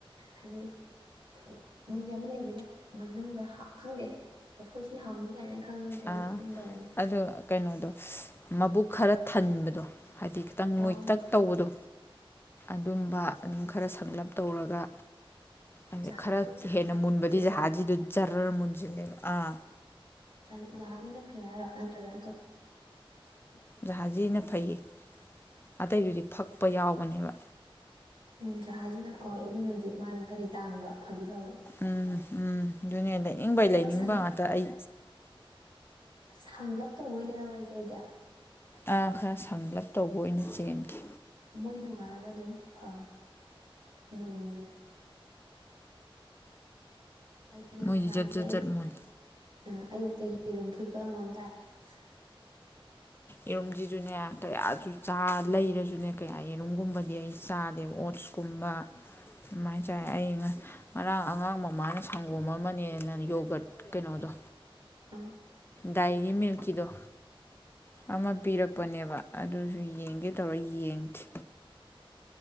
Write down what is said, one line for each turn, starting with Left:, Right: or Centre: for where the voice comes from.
Right: ꯍꯥꯏꯗꯤ ꯃꯣꯏꯗꯤ ꯑꯃ ꯂꯩꯗꯅ ꯃꯅꯨꯡꯗ ꯈꯪꯗꯦ ꯂꯐꯣꯏ <inaudible> ꯑꯗꯨ
Left: ꯑ
Right: ꯈꯪꯗꯕꯅꯤꯅ
Left: ꯑꯗꯨꯣ ꯀꯩꯅꯣꯗꯣ ꯃꯕꯨꯛ ꯈꯔ ꯊꯟꯕꯗꯣ ꯍꯥꯏꯗꯤ ꯈꯤꯇꯪ
Right: ꯑꯣ
Left: ꯅꯣꯏꯇꯛ ꯇꯧꯕꯗꯣ ꯑꯗꯨꯝꯕ ꯑꯗꯨꯝ ꯈꯔ ꯁꯂꯝꯞ ꯇꯧꯔꯒ ꯑꯗ
Right: ꯖꯍꯥꯖꯤꯒꯨꯝꯕ
Left: ꯈꯔ ꯍꯦꯟꯅ
Right: ꯆꯥꯅꯤꯡꯕ꯭ꯔꯣ
Left: ꯃꯨꯟꯕꯗꯤ
Right: ꯏꯆꯦ
Left: ꯖꯍꯥꯗꯨ ꯖꯔꯔ ꯃꯨꯟꯁꯤꯜꯂꯦꯕ ꯑꯥ
Right: <unintelligible> ꯐꯩ ꯍꯥꯢꯔꯣ ꯅꯇ꯭ꯔꯒꯅ ꯑꯇꯣ <inaudible>
Left: ꯖꯍꯥꯖꯤꯅ ꯐꯩꯌꯦ꯫ ꯑꯇꯩꯗꯨꯗꯤ ꯐꯛꯄ ꯌꯥꯎꯕꯅꯦꯕ꯫
Right: ꯎꯝ ꯖꯍꯥꯖꯤꯅ ꯑꯣꯏ ꯑꯗꯨꯅꯗꯤ ꯃꯥꯗꯤ ꯈꯔꯗꯤ ꯇꯥꯡꯕ ꯐꯗꯤ ꯐꯕ
Left: ꯎꯝ ꯎꯝ ꯑꯗꯨꯅꯦ ꯂꯩꯅꯤꯡꯕ
Right: ꯈꯔ
Left: ꯂꯩꯅꯤꯡꯕ
Right: ꯁꯪ
Left: ꯉꯥꯛꯇ ꯑꯩ꯫
Right: ꯁꯪꯂꯞ ꯇꯧꯕ ꯑꯣꯏꯅ ꯂꯩꯔꯛꯎꯔ ꯑꯩꯗꯤ
Left: ꯑꯥ ꯈꯔ ꯁꯪꯂꯞ ꯇꯧꯕ ꯑꯣꯏꯅ ꯆꯦꯟꯈꯤ꯫
Right: ꯃꯣꯏ ꯅꯣꯡꯉꯥꯜꯂꯒ ꯑꯗꯨꯝ ꯐ <unintelligible> ꯑꯩꯗꯤ ꯍꯧꯖꯤꯛ
Left: ꯃꯣꯏꯗꯤ ꯖꯠ
Right: ꯏꯆꯦ
Left: ꯖꯠ
Right: ꯑꯌꯨꯛ
Left: ꯖꯠ ꯃꯨꯜꯂꯤ
Right: ꯑꯥ ꯑꯌꯨꯛꯇꯒꯤ ꯌꯦꯔꯨꯝ ꯐꯨꯠꯄ ꯑꯃꯝ <unintelligible>
Left: ꯌꯦꯔꯨꯝꯖꯤꯖꯨꯅꯦ ꯀꯌꯥꯖꯨ ꯆꯥ ꯂꯩꯔꯖꯨꯅꯦ ꯀꯌꯥ ꯌꯦꯔꯨꯝꯒꯨꯝꯕꯗꯤ ꯑꯩ ꯆꯥꯗꯦꯕ ꯑꯣꯠꯁꯀꯨꯝꯕ ꯑꯗꯨꯃꯥꯏꯅ ꯆꯥꯏ ꯑꯩ ꯉꯔꯥꯡ ꯑꯉꯥꯡ ꯃꯃꯥꯅ ꯁꯪꯒꯣꯝ ꯑꯃꯅꯦꯅ ꯌꯣꯒ ꯀꯩꯅꯣꯗꯣ
Right: ꯎꯝ꯫
Left: ꯗꯥꯏꯔꯤ ꯃꯤꯜꯛꯀꯤꯗꯣ ꯑꯃ ꯄꯤꯔꯛꯄꯅꯦꯕ ꯑꯗꯨꯖꯨ ꯌꯦꯡꯒꯦ ꯇꯧꯔ ꯌꯦꯡꯗꯤ꯫